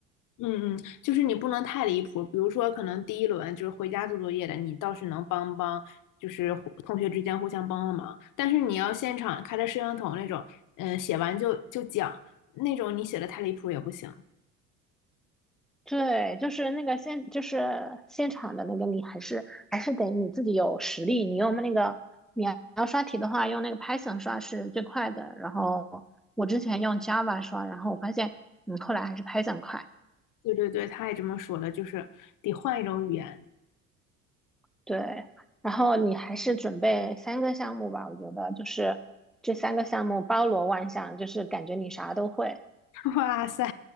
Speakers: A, on the left; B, in the centre.
A: 嗯嗯，就是你不能太离谱，比如说可能第一轮就是回家做作业的，你倒是能帮帮，就是互同学之间互相帮帮忙。但是你要现场开着摄像头那种，嗯，写完就就讲那种，你写的太离谱也不行。
B: 对，就是那个现，就是现场的那个，你还是还是得你自己有实力。你用那个，你要要刷题的话，用那个 Python 刷是最快的。然后我之前用 Java 刷，然后我发现，嗯，后来还是 Python 快。
A: 对对对，他也这么说了，就是得换一种语言。
B: 对，然后你还是准备三个项目吧，我觉得就是这三个项目包罗万象，就是感觉你啥都会。
A: <laughs> 哇塞，